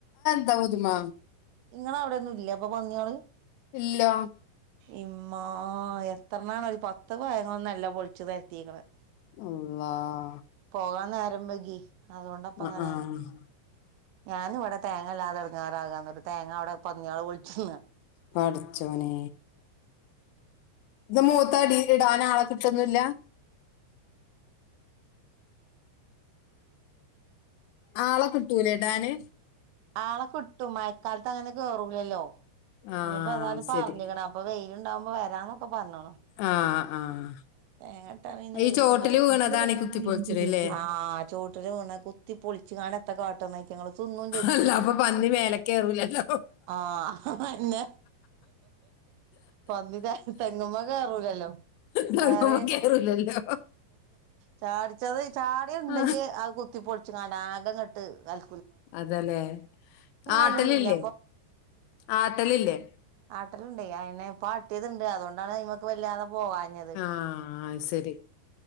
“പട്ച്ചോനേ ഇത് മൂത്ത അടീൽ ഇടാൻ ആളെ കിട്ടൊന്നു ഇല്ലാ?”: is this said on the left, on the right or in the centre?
Left